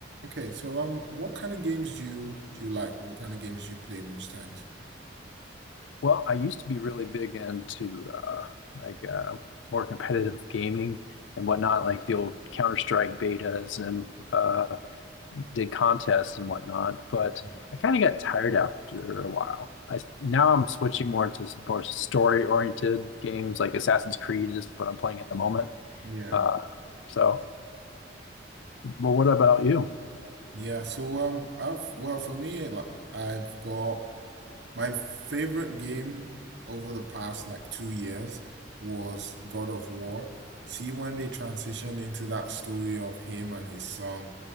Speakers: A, on the right; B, on the left.
A: Okay, so um, what kind of games do you do you like? What kind of games do you play most times?
B: Well, I used to be really big into uh, like uh, more competitive gaming and whatnot, like the old Counter-Strike betas and uh, did contests and whatnot. But
A: Mm.
B: I kind of got tired after a while. I now I'm switching more to s- more story-oriented games, like Assassin's Creed is what I'm playing at the moment.
A: Yeah,
B: Uh, so, but what about you?
A: yeah. So um, I've well for me, like I've got My favorite game over the past like two years was God of War. See, when they transitioned into that story of him and his son,